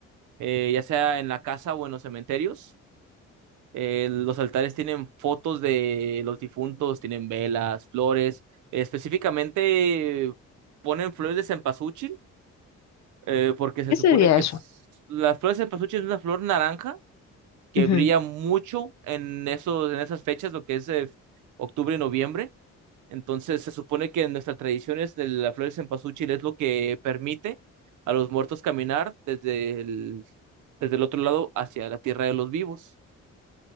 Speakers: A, on the right (about 75°); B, on the left (about 65°).
A: eh, ya sea en la casa o en los cementerios. Eh, los altares tienen fotos de los difuntos, tienen velas, flores, específicamente ponen flores de cempasúchil, eh, porque se
B: ¿Qué
A: supone
B: sería
A: que
B: eso?
A: es- las flores de cempasúchil es una flor naranja que
B: Ujú.
A: brilla mucho en esos, en esas fechas, lo que es eh, octubre y noviembre. Entonces se supone que en nuestras tradiciones de la flor de cempasúchil es lo que permite a los muertos caminar desde el, desde el otro lado hacia la tierra de los vivos.